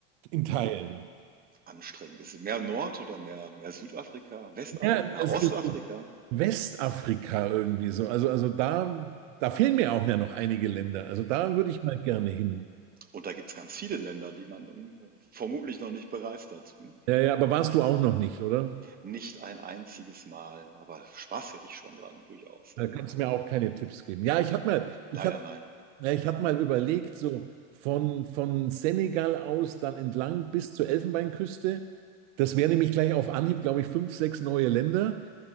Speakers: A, on the right; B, on the right.
A: in Teilen.
B: anstrengend. Ist es mehr Nord- oder mehr, mehr Südafrika, Westafrika,
A: Ja, es
B: Ostafrika?
A: ist so Westafrika irgendwie so. Also, also da, da fehlen mir auch ja noch einige Länder. Also da würde ich mal gerne hin.
B: Und da gibt's ganz viele Länder, die man ähm, vermutlich noch nicht bereist hat. Hm?
A: Ja, ja, aber warst du auch noch nicht, oder?
B: Nicht ein einziges Mal, aber Spaß hätte ich schon dran, durchaus. Ja?
A: Da kannst du mir auch keine Tipps geben. Ja, ich habe mal, ich
B: Leider
A: hab,
B: nein,
A: na, ich hab mal überlegt, so von, von Senegal aus dann entlang bis zur Elfenbeinküste. Das wäre nämlich gleich auf Anhieb, glaube ich, fünf, sechs neue Länder.